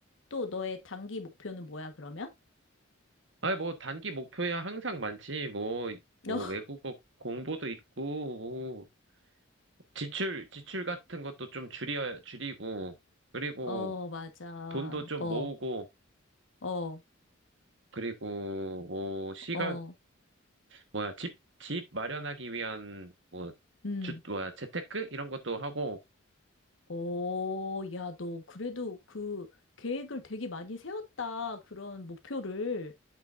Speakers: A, on the left; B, on the right.
A: 또 너의 단기 목표는 뭐야, 그러면?
B: 아니, 뭐, 단기 목표야 항상 많지. 뭐,
A: <laughs>
B: 뭐, 외국어 공부도 있고, 뭐, 지출, 지출 같은 것도 좀 줄여, 줄이고, 그리고
A: 어, 맞아.
B: 돈도 좀
A: 어,
B: 모으고,
A: 어,
B: 그리고 뭐, 시간,
A: 어,
B: 뭐야, 집, 집 마련하기 위한, 뭐,
A: 음.
B: 주, 뭐야, 재테크? 이런 것도 하고,
A: 어, 야, 너 그래도 그 계획을 되게 많이 세웠다. 그런 목표를.